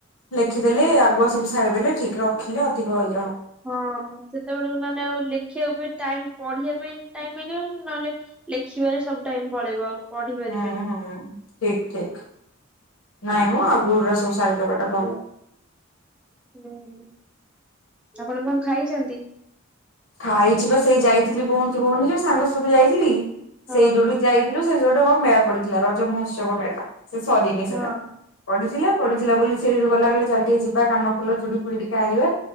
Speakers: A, on the left (about 85°); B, in the centre.
A: ଲେଖିଦେଲେ ଆଗୁଆ ସବୁ ଛାଡ ଦେଲେ ଠିକ ରଖିଲେ ଅଧିକ ହେଇ
B: ହଁ, ସେତେବେଳେ ନଏଲେ ଆଉ ଲେଖିବାକୁ ବି ଟାଇମ ପଢିବା ପାଇଁ ଟାଇମ ମିଳିବ, ନହେଲେ ଲେଖିବାରେ ସବୁ ଟାଇମ ପଳେଇବ ଆଉ। ପଢି ପାରିବିନି।
A: ହୁଁ, ହୁଁ ଠିକ ଠିକ। ନାଇ ମ, ଆଗୁରୁ ଅ ସବୁ ସାରିଦବାଟା ଭଲ।
B: ହୁଁ, ଆପଣ କଣ ଖାଇଚନ୍ତି?
A: ଖାଇଚି ବା ସେଇ ଯାଇଥିଲି କହଠି କହୁନି ଯୋଉ ସାଙ୍ଗ ସଥ ଯାଇଥିଲି।
B: ହଁ
A: ସେଇ ଯୋଉଠି ଯାଇଥିଲୁ। ଯଉଟା କଣ ମେଳା ପଡିଥିଲା, ରଜ ମହୋତ୍ସବ ମେଳା। ସେ ସରିନି
B: ହଁ
A: ସେଟା, ପଡିଥିଲେ। ପଡିଥିଲା ବୋଲି ସେ ଯଉ, ଗଲା ଗଲେ ଚାଲ ଟିକେ ଯିବା କାନ ଫୁଲ ଚୁଡ଼ି ଫୁଡି ଟିକେ ଆଣିବା।